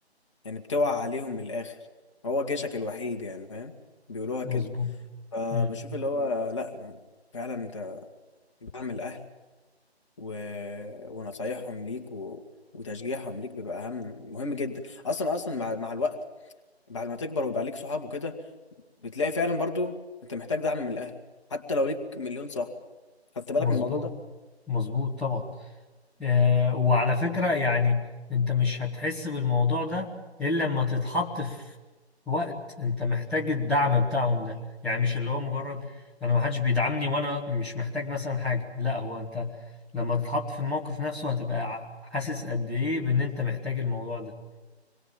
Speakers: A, on the left; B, in the centre.
A: يعني بتوقع عليهم من الاخر هو جيشك الوحيد يعني فاهم بيقولوها
B: مظبوط
A: كده فبشوف
B: مم.
A: اللي هو لا فعلا انت دعم الاهل و... ونصايحهم ليك و... وتشجيعهم ليك بيبقى اهم مهم جدا اصلا اصلا مع... مع الوقت بعد ما تكبر ويبقى ليك صحاب وكده بتلاقي فعلا برضو انت محتاج دعم من الاهل حتى لو ليك مليون صاحب خدت بالك
B: مظبوط
A: من الموضوع ده
B: مظبوط طبعا آه، وعلى فكرة يعني انت مش هتحس بالموضوع ده الا لما تتحط في وقت انت محتاج الدعم بتاعهم ده يعني مش اللي هو مجرد انا ما حدش بيدعمني وانا مش محتاج مثلا حاجة لا هو انت لما تتحط في الموقف نفسه هتبقى ع- حاسس قد ايه بان انت محتاج الموضوع ده